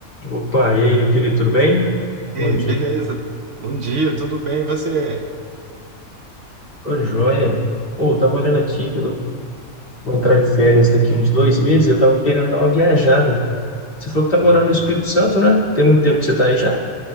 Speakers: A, on the left; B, on the right.
A: Opa, e aí, meu querido, tudo bem? Bom
B: Ei,
A: dia.
B: beleza. Bom dia, tudo bem? E você?
A: Tô joia. Pô, eu tava olhando aqui, que eu vou entrar de férias daqui uns dois meses, eu tava querendo dar uma viajada. Você falou que tá
B: Ah,
A: morando no Espírito Santo, né? Tem muito tempo que você tá aí já?